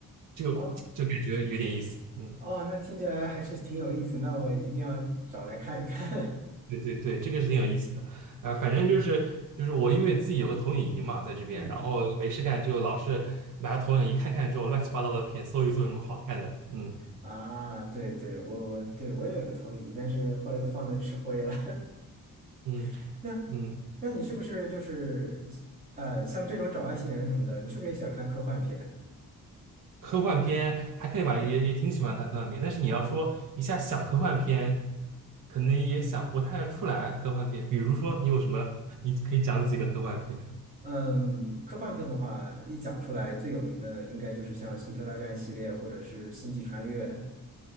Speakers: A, on the right (about 65°); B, on the right (about 25°).
A: 就就感觉有点意思，
B: 哦
A: 嗯。
B: 哦，那听起来还是挺有意思，那我一定要找来看一看。
A: 对对对，这个是挺有意思的，啊、反正就是就是我因为自己有个投影仪嘛，
B: <laughs>
A: 在这边，
B: 嗯。
A: 然后没事干就老是拿投影仪看看这种乱七八糟的片，搜一搜有什么好看的，嗯
B: 啊，对对，我我对我也有个投影仪，但是后来都放那吃灰了。
A: 嗯
B: <laughs> 那
A: 嗯，
B: 那你是不是就是呃，像这种找外星人什么的，你是不是也喜欢看科幻片？
A: 科幻片还可以吧，也也挺喜欢看科幻片，但是你要说一下想科幻片，可能也想不太出来科幻片，比如说你有什么，<laughs> 你可以讲几个科幻片？
B: 嗯，科幻片的话，一讲出来最有名的应该就是像《星球大战》系列或者是《星际穿越》